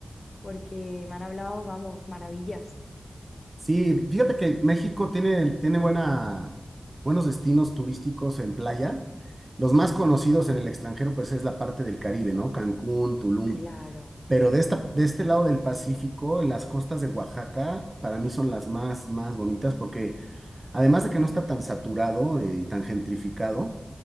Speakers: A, on the left (about 40°); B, on the right (about 30°).
A: porque me han hablado, vamos, maravillas.
B: Sí, fíjate que México tiene, tiene buena, buenos destinos turísticos en playa. Los más
A: Sí,
B: conocidos en el extranjero, pues es la parte del Caribe, ¿no? Cancún, Tulum.
A: claro.
B: Pero de esta, de este lado del Pacífico, en las costas de Oaxaca, para mí son las más, más bonitas porque Además de que no está tan saturado eh, y tan gentrificado,